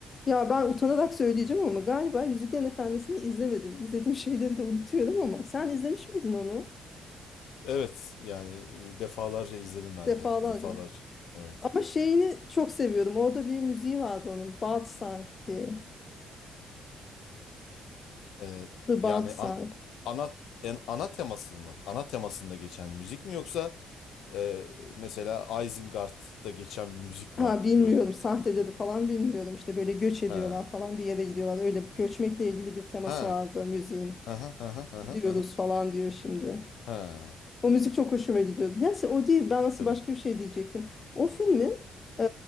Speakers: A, on the left (about 35°); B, on the left (about 75°).
A: Ya ben utanarak söyleyeceğim ama galiba Yüzüklerin Efendisi'ni izlemedim. İzlediğim şeyleri de unutuyorum ama sen izlemiş miydin onu?
B: Evet yani e, defalarca izledim ben
A: Defalarca.
B: de. Defalarca. Evet.
A: Ama şeyini çok seviyorum. Orada bir müziği vardı onun. Song diye.
B: Ee,
A: The
B: yani
A: Song.
B: an, ana en, ana teması mı? Ana temasında geçen müzik mi yoksa e, mesela Isengard'da geçen bir müzik
A: Ha
B: var
A: bilmiyorum
B: böyle.
A: sahteleri falan bilmiyorum. İşte böyle göç ediyorlar
B: Ha.
A: falan bir yere gidiyorlar. Öyle göçmekle ilgili bir teması
B: Ha.
A: vardı müziğin.
B: Ha ha ha ha ha
A: Gidiyoruz
B: ha. ha.
A: falan diyor şimdi.
B: Ha.
A: O müzik çok hoşuma gidiyordu. Neyse o değil. Ben nasıl
B: Tabii.
A: başka bir şey diyecektim. O filmin e,